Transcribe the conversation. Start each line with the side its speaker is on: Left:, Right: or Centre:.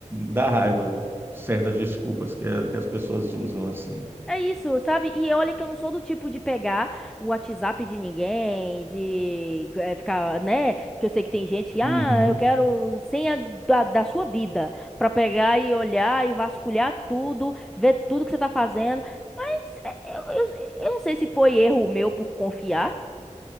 Right: dá raiva certas desculpas que, que as pessoas usam assim.
Centre: É isso, sabe? E olha que eu não sou do tipo de pegar o WhatsApp de ninguém, de eh, ficar, né? Que eu sei que tem gente que, ah,
Right: Uhum.
Centre: eu quero senha da, da sua vida, pra pegar e olhar e vasculhar tudo, ver tudo que você tá fazendo. Mas, eh, Eu, eu, eu não sei se foi erro meu por confiar,